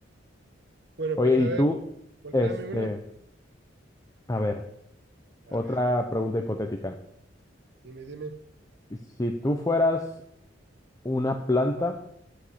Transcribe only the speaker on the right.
bueno,
pues a
ver,
volteame
una.
A
ver,
dime, dime.